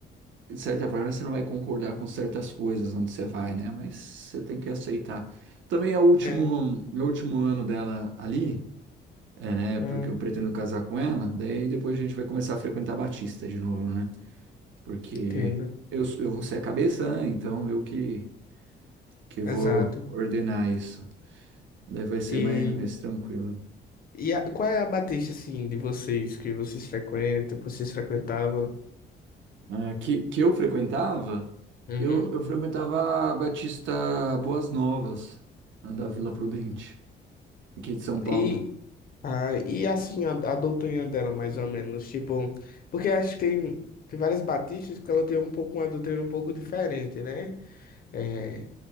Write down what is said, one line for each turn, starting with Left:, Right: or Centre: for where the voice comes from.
Right: de certa forma, você não vai concordar com certas coisas onde você vai, né? Mas você tem que aceitar. Também é o último,
Left: É. É.
Right: é o último ano dela ali, é, né?
Left: Hum.
Right: Porque eu pretendo casar com ela, daí depois a gente vai começar a frequentar Batista de novo, né? Porque
Left: Entendo,
Right: eu, eu vou ser a cabeça, né? Então eu que. que eu
Left: exato.
Right: vou ordenar isso. Daí vai ser
Left: E,
Right: mais, mais tranquilo.
Left: e a- qual é a Batista, assim, de vocês, que vocês frequentam, que vocês frequentavam?
Right: Ah, que, que eu frequentava,
Left: Uhum.
Right: eu, eu frequentava a Batista Boas Novas, da Vila Prudente, aqui de São Paulo.
Left: E, ah, e assim, a, a doutrina dela, mais ou menos, tipo, porque acho que tem, tem várias batistas que ela tem um pouco, uma doutrina um pouco diferente, né? É,